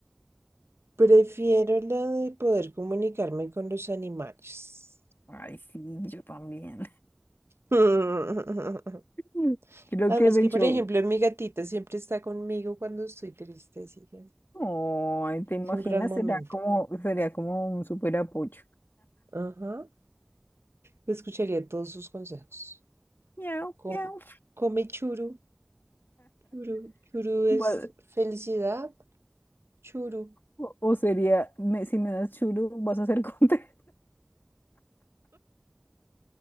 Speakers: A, on the right; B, on the left.
A: Prefiero lo de poder comunicarme con los animales.
B: Ay, sí, yo también.
A: <laughs>
B: <laughs> Creo
A: Además
B: que de
A: que,
B: hecho,
A: por ejemplo, mi gatita siempre está conmigo cuando estoy triste, así que
B: ay, ¿te imaginas?
A: es un gran momento.
B: Será como, sería como un súper apoyo.
A: Ajá. Escucharía todos sus consejos.
B: Miau,
A: Com-
B: miau.
A: come churu, churu, churu
B: Va-
A: es felicidad, churu.
B: O, o sería, me- si me das churu, vas a ser contento.